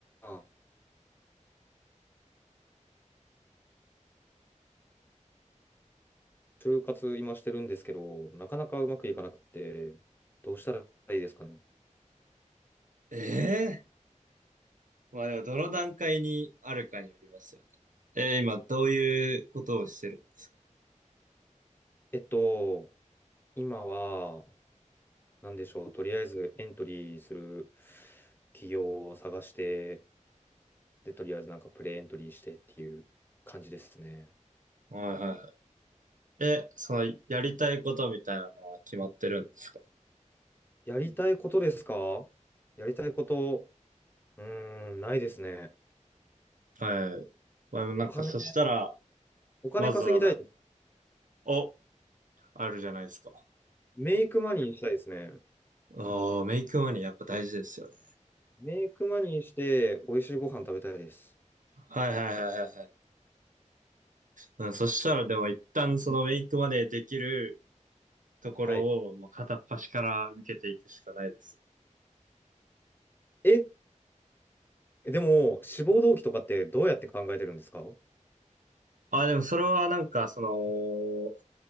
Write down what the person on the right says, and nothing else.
ええまあでも、どの段階にあるかによりますよね。えー、今、どういうことをしてるんですか
はいはいはい。え、その、やりたいことみたいなのは決まってるんですか
はい。まあでもなんか、
そしたら、
まずはなんか、お、あるじゃないですか。
おー、メイクマネーやっぱ大事ですよね。
はいはいはいはいはい。うん、そしたらでも一旦そのメイクマネーできるところを、
もう片っ端から受けていくしかないですよね
あ、でもそれはなんか、その、